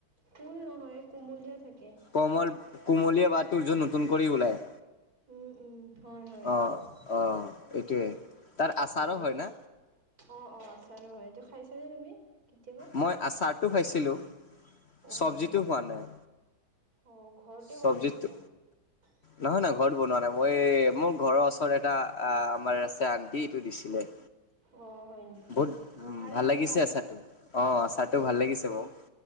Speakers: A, on the right (about 45°); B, on the left (about 50°).
A: ফুল নহয় কোমলীয়া থাকে।
B: কমল-কোমলীয়া বাঁহটোৰ য নতুন কৰি ওলায়।
A: উম, উম, হয়, হয়, এইটো।
B: অ অ এইটোৱে তাৰ আচাৰো
A: অ', এইটো
B: হয় না
A: অ', অ', আচাৰো হয়, এইটো খাইছানে তুমি? কেতিয়াবা
B: মই আচাৰটো খাইছিলোঁ,
A: অঁ
B: চবজিটো খোৱা নাই।
A: অ', ঘৰত
B: চবজিটো
A: <inaudible>
B: নহয়, নহয় ঘৰত বনোৱা নাই। মই মোৰ ঘৰৰ ওচৰত এটা আমাৰ আছে আণ্টি এইটো দিছিলে।
A: অ', হয় নেকি?
B: বহুত
A: অ',
B: উম
A: ভাল লাগে
B: লাগিছে
A: ন সেইটো
B: আচাৰটো অ আচাৰটো
A: উম।
B: ভাল লাগিছে মোক